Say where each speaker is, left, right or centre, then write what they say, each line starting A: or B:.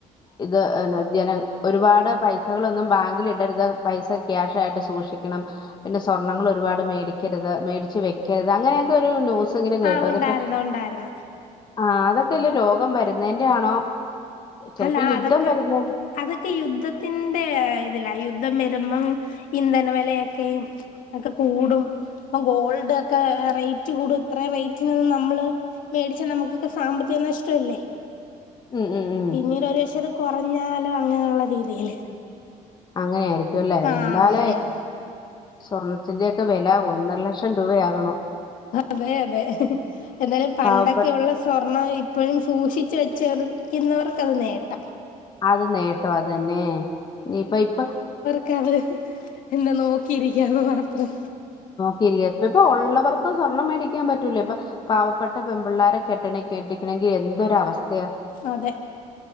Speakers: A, on the left; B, on the left.
A: ഇത് ന്ന ജന ഒരുപാട് പൈസകളൊന്നും ബാങ്കിൽ ഇടരുത്.. പൈസ ക്യാഷ ആായിട്ട് സൂക്ഷിക്കണം, പിന്നെ സ്വർണ്ണങ്ങൾ ഒരുപാട് മേടിക്കരുത് മേടിച്ച് വെക്കരുത് അങ്ങനെയൊക്കെ ഒരു ന്യൂസ്.. ങ്ങനെ കേട്ടോ
B: ആഹ് ഉണ്ടായിരുന്നു
A: അതപ്പോ..
B: ഉണ്ടായിരുന്നു
A: ആ അതൊക്കെല്ല രോഗം വരുന്നേന്റെ ആണോ ചിലപ്പോ
B: അല്ല
A: യുദ്ധം
B: അതൊക്കെ
A: വരുന്ന..
B: അതൊക്കെ യുദ്ധത്തിന്റെ ഇതിലാ യുദ്ധ മരുമ്മം ഇന്ധനവിലയൊക്കെ.. എക്ക കൂടും അപ്പൊ ഗോൾഡ്ക്ക റേറ്റ് കൂടും ഇത്രേ റേറ്റിനൊന്നും നമ്മള് മേടിച്ചാ നമുക്കൊക്കെ സാമ്പത്തിക നഷ്ടവല്ലേ
A: ഉം ഉം ഉം
B: പിന്നീട് ഒരു പക്ഷേ ഇത് കുറഞ്ഞാലോ അങ്ങനെയുള്ള രീതിയില്
A: അങ്ങനെ ആരിക്കും അല്ലേ
B: ആഹ്
A: എന്താലേ
B: അങ്ങനെ അങ്ങനെ
A: സ്വർണ ത്തിന്റെയൊക്കെ വില ഒന്നര ലക്ഷം രൂപയാകണു
B: അതെ അതെ എന്നാലും പണ്ടൊക്കെയൊള്ള
A: പാവപ്പെട്ട
B: സ്വർണം ഇപ്പഴും സൂക്ഷിച്ചു വെച്ചെറിക്കുന്നവർക്കത് നേട്ടം
A: അത് നേട്ടം അതന്നെ ഇനിപ്പ ഇപ്പൊ
B: ക്കത് എന്താ നോക്കിരിക്കാന്ന് മാത്രം
A: <unintelligible> ഇപ്പിപ്പ ഒള്ളവർക്കും സ്വർണം മേടിക്കാൻ പറ്റൂല ഇപ്പൊ പാവപ്പെട്ട പെമ്പിള്ളാരെ കെട്ടണ കെട്ടിക്കണെങ്കി എന്തൊരവസ്ഥയ
B: സതെ